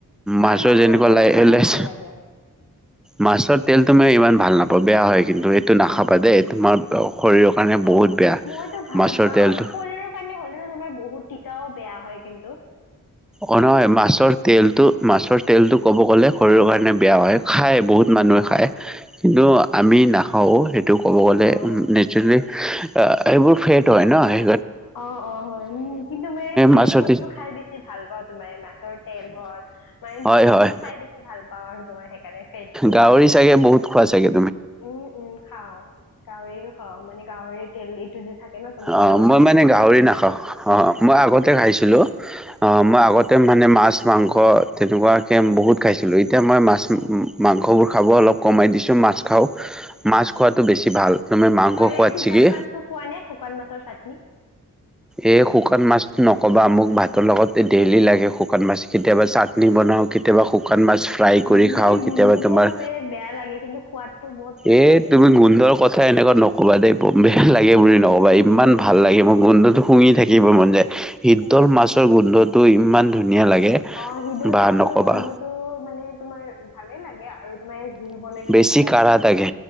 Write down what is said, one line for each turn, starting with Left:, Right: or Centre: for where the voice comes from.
Left: আৰু
Centre: মাছৰ যেনেকুৱা
Left: তেল
Centre: লাই
Left: খাইও
Centre: এলেছ
Left: ভাল লাগে
Centre: মাছৰ তেলটো মই ইমান ভাল নাপাওঁ, বেয়া হয় কিন্তু। এইটো নাখাবা
Left: অ হয়
Centre: দেই,
Left: নেকি
Centre: তোমাৰ শৰীৰৰ কাৰণে বহুত
Left: অ,
Centre: বেয়া
Left: মইতো ভাল
Centre: মাছৰ
Left: পাও
Centre: তেলটো
Left: আৰু শৰীৰৰ কাৰণে হ'লেও তোমাৰ বহুত তিতাও বেয়া হয় কিন
Centre: অ নহয় মাছৰ তেলটো,
Left: কিন্তু
Centre: মাছৰ তেলটো ক'ব গ'লে শৰীৰৰ কাৰণে বেয়া হয়। খাই বহুত মানুহে
Left: অ
Centre: খায়। কিন্তু আমি নাখাওঁ। সেইটো ক'ব গ'লে
Left: অ
Centre: নেচাৰে অ, এইবোৰ ফেট হয় ন, সেই
Left: অ-অ হয়, উ কিন্তু মে ফেদ
Centre: মাছত
Left: বস্তু খাই বেছি ভা ভাল পাওঁ তোমাৰ মাছৰ তেল হল মানে
Centre: হয়
Left: তেল
Centre: হয়
Left: বোৰ খাই বেছি ভাল পাওঁ আৰু তোমাৰ সেইকাৰণে ফেটটো
Centre: গাহৰি ছাগে বহুত খোৱা ছাগে?
Left: উম-উম খাও গাহৰিটো অ, মানে গাৱৰে তেল এইটো যে থাকে ন তোমাৰ
Centre: অ
Left: চৰবি
Centre: মই মানে
Left: থা
Centre: গাহৰি নাখাও। অ মই আগতে খাইছিলো। অ মই
Left: হয়
Centre: আগতে
Left: নেকি
Centre: মানে মাছ, মাংস ক ' তেনেকুৱাকে বহুত খাইছিলোঁ এতিয়া মই মাছ
Left: উম
Centre: -মাংসবোৰ খাব অলপ কমাই দিছো মাছ খাওঁ মাছ খোৱাটো
Left: আতছা
Centre: বেছি ভাল তুমি মাংস
Left: আৰে
Centre: খোৱাত
Left: শুকান
Centre: ছিগি
Left: মাছটো খোৱা নে শুকান মাছৰ চাটনি?
Centre: এই শুকান মাছ নকবা, মোক ভাতৰ লগত ডেইলি লাগে শুকান মাছ। কেতিয়াবা চাটনি
Left: হয় নেকি
Centre: বনাও, কেতিয়াবা শুকান মাছ ফ্ৰাই কৰি
Left: উম
Centre: খাওঁ,
Left: মানে
Centre: কেতিয়াবা
Left: গোন্ধটো
Centre: তোমাৰ
Left: অলপ এ বেয়া লাগে কিন্তু সোৱাদটো বহুত টেষ্টি
Centre: এ
Left: লাগে
Centre: তুমি
Left: ন
Centre: গোন্ধৰ কথা এনেকুৱা নকবা দেই। বৰ বেয়া
Left: উম
Centre: লাগে বুলি নকবা।
Left: উম
Centre: ইমান ভা ভাল লাগে মোৰ। গোন্ধটো শুঙি থাকিব মন যায়। শীতল
Left: অ
Centre: মাছৰ
Left: হয় নেকি
Centre: গোন্ধটো ইমান ধুনীয়া লাগে
Left: অ শিদল
Centre: বা
Left: মাছৰ
Centre: নক'বা
Left: গন্ধটো মানে তোমাৰ ভালে লাগে আৰু তোমাৰ জোল বনাই কিনে
Centre: বেছি
Left: খালে
Centre: কাঢ়া
Left: ভাল লাগে।
Centre: থাকে